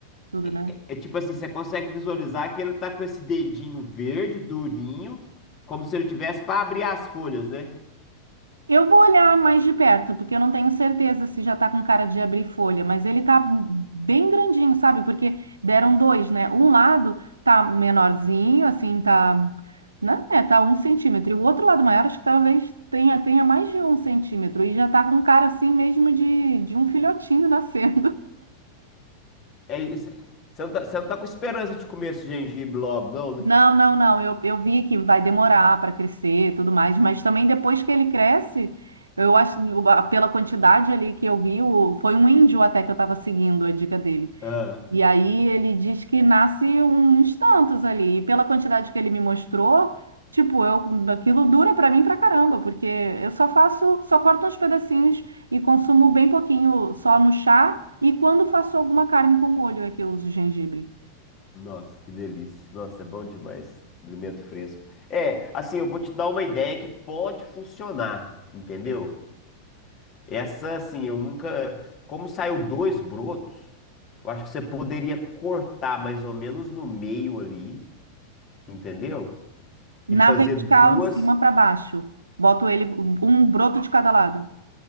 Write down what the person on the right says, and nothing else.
tudo,
né?
Eu vou olhar mais de perto, porque eu não tenho certeza se já tá com cara de abrir folha, mas ele tá bem grandinho, sabe? Porque deram dois, né? Um lado tá menorzinho, assim, tá, né? É, tá um centímetro. E o outro lado maior, acho que talvez tenha, tenha mais de um centímetro. E já tá com cara, assim, mesmo de, de um filhotinho nascer.
Não, não, não. Eu, eu vi que vai demorar para crescer e tudo mais, mas também depois que ele cresce, eu acho, pela quantidade ali que eu vi, o- foi um índio até que eu estava seguindo a dica dele.
E aí ele diz que nasce uns tantos ali. E pela quantidade que ele me mostrou, tipo, eu, aquilo dura para mim pra caramba, porque eu só faço, só corto uns pedacinhos e consumo bem pouquinho só no chá e quando faço alguma carne com molho é que eu uso gengibre.
Na
vertical,
de cima para baixo. Boto ele um broto de cada lado.